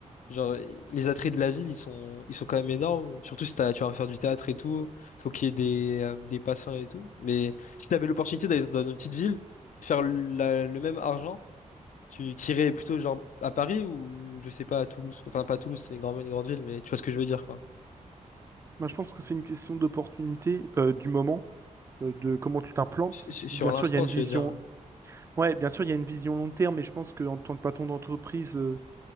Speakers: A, on the left (about 70°); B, on the right (about 20°).
A: genre, les attraits de la ville, ils sont, ils sont quand même énormes. Surtout si t'as, tu vas faire du théâtre et tout, faut qu'il y ait des, euh, des passants et tout. Mais si t'avais l'opportunité d'aller dans une petite ville, faire la- le même argent, Tu tirais plutôt genre à Paris ou je sais pas à Toulouse. Enfin pas à Toulouse, c'est une grande, une grande ville, mais tu vois ce que je veux dire quoi.
B: moi, je pense que c'est une question d'opportunité euh, du moment, euh, de comment tu t'implantes.
A: Su- su-
B: Si,
A: Sur
B: Bien
A: l'instant,
B: sûr, il y a une
A: tu
B: vision,
A: veux dire. Ouais,
B: ouais, bien sûr, il y a une vision long terme, mais je pense qu'en tant que patron d'entreprise, euh,